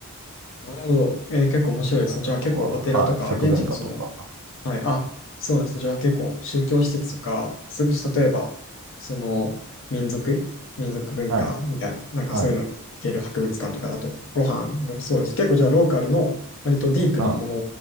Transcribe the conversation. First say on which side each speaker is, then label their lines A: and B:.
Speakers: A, on the left; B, on the right.
A: なるほど。えー、結構面白いですね。
B: あとは、
A: じゃあ結構お寺とか、
B: はい、食文化とか、
A: 現地のそのはい、あ、そうなんですね。じゃあ結構宗教施設とか、それこそ例えば、その民族、民族文化みたいな、
B: はい、
A: なんかそういうのいける博物館とかだと、
B: はい、
A: ご飯もそうです。結構じゃあローカルの割とディープなもの
B: はい、